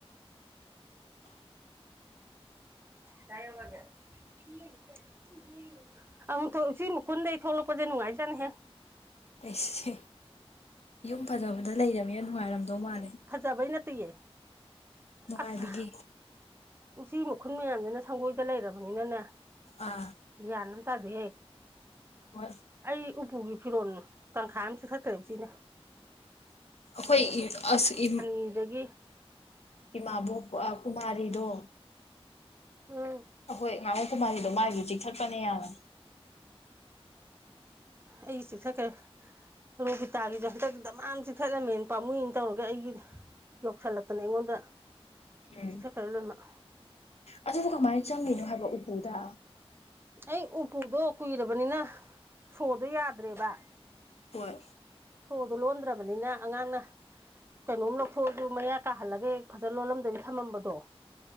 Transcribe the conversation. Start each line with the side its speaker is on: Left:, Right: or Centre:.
Left: <inaudible>
Right: ꯀꯥꯏꯗꯥꯏ ꯌꯩꯔꯒꯦ ꯎ ꯑꯃꯨꯛ ꯊꯣꯛꯁꯤ ꯃꯈꯨꯟꯗꯩ ꯊꯣꯛꯂꯛꯄꯁꯦ ꯅꯨꯡꯉꯥꯏꯖꯠꯅꯤꯍꯦꯛ
Left: ꯑꯩꯁꯁꯦ ꯌꯨꯝ ꯐꯖꯕꯗ ꯂꯩꯔꯕꯅꯤꯅ ꯅꯨꯡꯉꯥꯏꯔꯝꯗꯧ ꯃꯥꯜꯂꯦ
Right: ꯐꯖꯕꯩ ꯅꯠꯇꯌꯦ
Left: ꯅꯨꯡꯉꯥꯏꯕꯒꯤ
Right: ꯑꯁ ꯎꯆꯤ ꯃꯈꯨꯟ ꯃꯌꯥꯝꯁꯤꯅ ꯁꯪꯒꯣꯏꯗ ꯂꯩꯔꯕꯅꯤꯅꯅꯦ
Left: ꯑꯥ
Right: ꯕꯤꯌꯥꯅꯝ ꯇꯥꯗꯦ
Left: ꯍꯣꯏ
Right: ꯑꯩ ꯎꯄꯨꯒꯤ ꯐꯤꯔꯣꯜꯅꯣ ꯇꯪꯈꯥꯏ ꯑꯃ ꯆꯤꯛꯊꯠꯈ꯭ꯔꯦ ꯎꯆꯤꯅ
Left: ꯍꯣꯏ ꯑꯁ ꯏ
Right: ꯃꯤꯗꯒꯤ
Left: ꯏꯃꯥꯕꯣꯛ ꯀꯨꯃꯥꯔꯤꯗꯣ
Right: ꯑꯥ
Left: ꯑꯩꯈꯣꯏ ꯃꯕꫭꯛ ꯀꯨꯃꯥꯔꯤꯗꯣ ꯃꯥꯒꯤꯁꯨ ꯆꯤꯛꯊꯠꯄꯅꯦ ꯌꯥꯝꯅ
Right: ꯑꯩ ꯆꯤꯛꯊꯠꯈꯔ‌ꯦ ꯔꯣꯕꯤꯇꯥꯒꯤꯁꯨ ꯍꯟꯗꯛ ꯗꯃꯥꯃ ꯆꯤꯊꯠꯂꯝꯃꯦꯅ ꯄꯥꯝꯃꯨꯏꯅ ꯇꯧꯔꯒꯦ ꯑꯩꯒꯤꯅ ꯌꯧꯁꯤꯜꯂꯛꯇꯅ ꯑꯩꯉꯣꯟꯗ
Left: ꯎꯝ
Right: ꯆꯤꯛꯊꯠꯈ꯭ꯔꯦ ꯂꯣꯏꯅꯃꯛ
Left: ꯑꯗꯨꯕꯨ ꯀꯃꯥꯏꯅ ꯆꯪꯉꯤꯅꯣ ꯍꯥꯏꯕ ꯎꯄꯨꯗ
Right: ꯑꯩ ꯎꯄꯨꯗꯣ ꯀꯨꯏꯔꯕꯅꯤꯅ ꯁꯣꯗꯣ ꯌꯥꯗ꯭ꯔꯦꯕ
Left: ꯍꯣꯏ
Right: ꯁꯣꯗꯣ ꯂꯣꯟꯗ꯭ꯔꯕꯅꯤꯅ ꯑꯉꯥꯡꯅ ꯀꯩꯅꯣꯝ ꯂꯧꯊꯣꯛꯑꯖꯨ ꯃꯌꯥ ꯀꯥꯍꯜꯂꯒ ꯍ‌ꯦꯛ ꯐꯖꯅ ꯂꯣꯜꯂꯝꯗꯕꯤ ꯊꯝꯃꯝꯕꯗꯣ